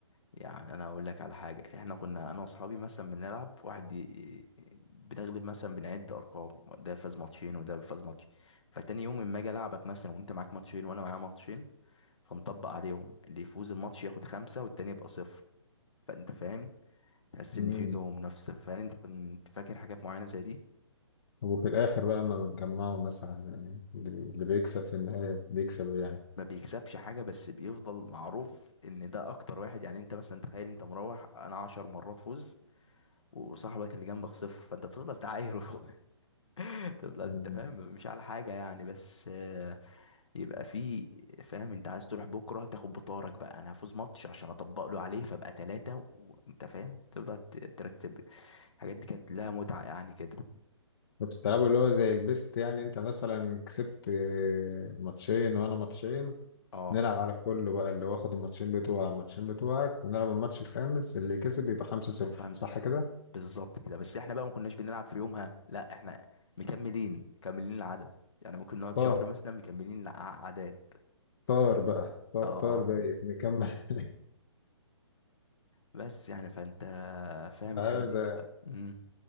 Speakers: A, on the left; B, on the left.
A: يعني انا اقول لك على حاجة احنا كنا انا واصحابي مثلا بنلعب واحد ي- بنغلب مثلا بنعد ارقام ده فاز ماتشين وده فاز ماتش فتاني يوم اما اجي العبك مثلا وانت معاك ماتشين وانا معايا ماتشين فنطبق عليهم اللي يفوز الماتش ياخد خمسة والتاني يبقى صفر فانت فاهم تحس
B: امم
A: ان في جو منافسه فعلا انت كنت فاكر حاجات معينه زي دي
B: وفي الاخر بقى اما بتجمعوا مثلا يعني اللي بي- اللي بيكسب في النهايه بيكسب إيه يعني
A: ما بيكسبش حاجه بس بيفضل معروف ان ده اكتر واحد يعني انت مثلا تخيل انت مروح انا عشر مرات فوز وصاحبك اللي جنبك صفر فانت بتفضل تعايره <laughs> تفضل
B: مم.
A: انت فاهم مش على حاجه يعني بس آه، يبقى في فاهم انت عايز تروح بكره تاخد بطارك بقى انا هفوز ماتش عشان اطبق له عليه فابقى ثلاثه وانت فاهم تفضل ت- ترتب الحاجات دي كانت لها متعه يعني كده
B: كنتوا بتلعبوا اللي هو زي البيست يعني انت مثلا كسبت آه، ماتشين وانا ماتشين
A: اه
B: نلعب على كله بقى اللي واخد الماتشين بتوع الماتشين بتوعك ونلعب الماتش الخامس اللي كسب يبقى 5-0
A: فاهم
B: صح كده؟
A: بالظبط كده بس احنا بقى ما كناش بنلعب في يومها لا احنا مكملين مكملين العدد يعني ممكن نقعد
B: طار
A: شهر مثلا مكملين العدد
B: طار بقى طار,
A: اه اه
B: طار بقى نكمل
A: بس يعني فانت
B: <laughs>
A: فاهم
B: انت
A: الحاجات
B: عارف
A: دي
B: ده
A: بتبقى مم.